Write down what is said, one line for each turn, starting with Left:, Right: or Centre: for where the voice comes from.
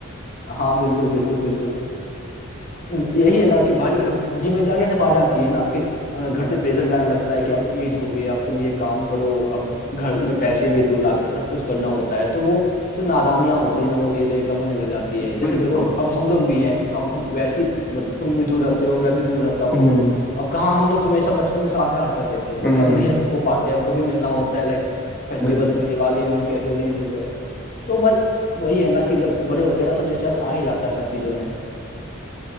Left: हाँ बिल्कुल बिल्कुल बिल्कुल यही है ना कि भाई अब जिम्मेदारियां जब आ जाती है ना कि अ, घर से प्रेशर भी आने लगता है कि अब एज हो गई अब तुम ये काम करो अब घर में पैसे भी दो लाकर सब कुछ करना होता है तो वो जो नादानियां होती है ना वो धीरे धीरे कम होने लग जाती है जैसे
Centre: बिल्कुल
Left: देखो अब हम लोग भी हैं अब हम वैसी मतलब तुम भी दूर रहते हो मैं भी दूर रहता हूँ
Centre: हम्म
Left: अब अब कहाँ हम लोग हमेशा बचपन में साथ रहा करते थे बट
Centre: हम्म
Left: अब नहीं हो पाते अब कभी मिलना होता है लाइक फेस्टिवल्स
Centre: बिल्कुल
Left: में दिवाली में मिल गए होली में मिल गए तो बस वही है ना कि जब बड़े होते हैं ना तो डिस्टेंस आ ही जाता है सब चीजों में